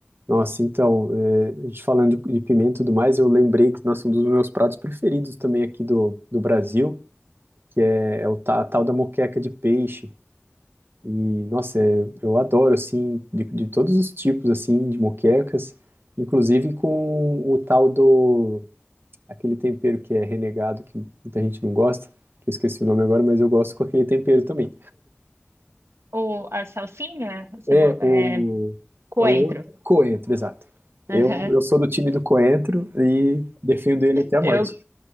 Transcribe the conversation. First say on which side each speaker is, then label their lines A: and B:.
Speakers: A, on the right; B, on the right.
A: Nossa, então, eh, a gente falando de, de pimenta e tudo mais, eu lembrei que, nossa, um dos meus pratos preferidos também aqui do, do Brasil eh, é o ta- a tal da moqueca de peixe. E, nossa, é- eu adoro, assim, de, de todos os tipos, assim, de moquecas, inclusive com o tal do aquele tempero que é renegado, que muita gente não gosta, que eu esqueci o nome agora, mas eu gosto com aquele tempero também.
B: Ou a salsinha, cebo-
A: É
B: é,
A: o,
B: coentro.
A: é o outro coentro, exato.
B: <laughs>
A: Eu,
B: Aham.
A: eu sou do time do coentro e defendo ele até a
B: Eu,
A: morte.